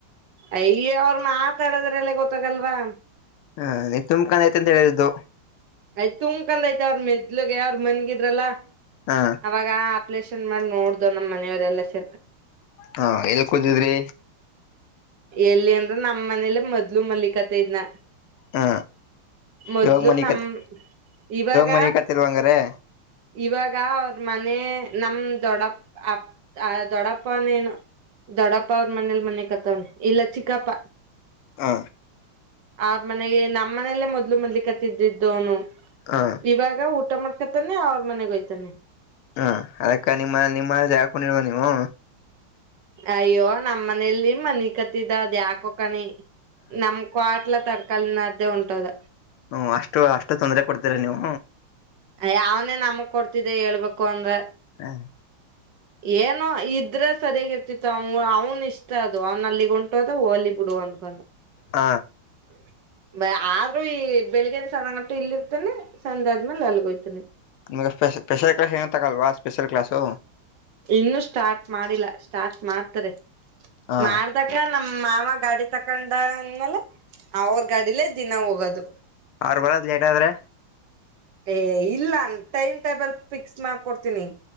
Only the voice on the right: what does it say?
ಅಯ್ಯ ಅವ್ರ ಮಾತಾಡದ್ರ ಎಲ್ಲ ಗೊತ್ತಾಗಲ್ವಾ
ಆಯ್ತತ್ ತುಂಬಕಂದ ಆಯತ ಅವ್ರ ಮೆದ್ಲುಗೆ ಅವ್ರ ಮನ್ಗಿದ್ರಲ್ಲ
ಅವಾಗ ಆ ಪ್ಲೇಸ್ ಮಾಡ ನೋಡ್ದ್ ನಮ್ಮ ಮನವರೆಲ್ಲ ಸ
ಎಲ್ಲಿ ಅಂದ್ರ ನಮ್ಮ್ ಮನೇಲೆ ಮೊದ್ಲು ಮಲ್ಲಿಕತೆ ಇದನ
ಮೊದ್ಲು
ನಮ
ಇವಾಗ
ಇವಾಗ ಅವ ಮನೆ ನಮ ದೊಡ್ಡ ಅ ಆ ದೊಡ್ಡಪ್ಪನ ಏನು ದೊಡ್ಡಪ್ಪ ಅವ್ರ ಮನೇಲಿ ಮನೆ ಕತ್ತವನಿ ಇಲ್ಲ ಚಿಕ್ಕಪ್ಪ
ಆ ಮನೆಗೆ ನಮ್ಮ್ ಮನೆಯಲ್ಲೇ ಮೊದ್ಲು ಮೊದ್ಲಿ ಕತ್ತಿದ್ದಿದ್ದವನು
ಇವಾಗ ಊಟ ಮಾಡ್ಕತಾನೇೆ ಅವ್ರ ಮನೆಗೋಗಯ್ತಾನನೆ
ಅಯ್ಯೋ ನಮ ಮನೇಲಿ ಮನ ಕತ್ತಿದ ಅದ ಯಾಕೋಕಣಿ ನಮ್ ಕ್ವಾಟ್ಲ ತರಕಲ್ನ್ದೇ ಉಂಟದ
ಯಾವನೇ ನಮಗ್ ಕೊಡ್ತಿದ್ದ ಹೇಳ್ಬೇಕು ಅಂದ್ರ
ಏನೋ ಇದ್ರ ಸರಿಯಾಗಿ ಇರ್ತಿತ್ತು ಅವನ್ ಅವ್ನ್ ಇಷ್ಟ ಅದು ಅವ್ನ ಅಲ್ಲಿಗ ಉಂಟೋದ ಹೋಲಿ ಕೊಡುವನ್ಕಲ್ಲ
<unintelligible> ಬ ಆದ್ರೂ ಈ ಬೆಳಿಗ್ನ ಸಣಣಟು ಇಲ್ಲಿ ಇರ್ತಾನನೆ ಸಂಜೆ ಆದ್ಮೇಲೆ ಅಲ್ಲಿಗೋಯ್ತಾನೆ
ಇನ್ನು ಸ್ಟಾರ್ಟ್ ಮಾಡಿಲ್ಲ ಸ್ಟಾರ್ಟ್ ಮಾಡ್ತಾರೆ
ಮಾಡ್ದಾಗ ನಮ್ಮ ಮಾವ ಗಾಡಿ ತಕೊಂಡ ಅಂದ್ಮೇಲೆ ಅವ್ರ ಗಾಡಿಯಲ್ಲಿ ದಿನ ಹೋಗೋದು
ಏ ಇಲ್ಲ ಟೈಮ್ ಟೇಬಲ್ ಫಿಕ್ಸ್ ಮಾಡ್ಕೊಡ್ತೀನಿ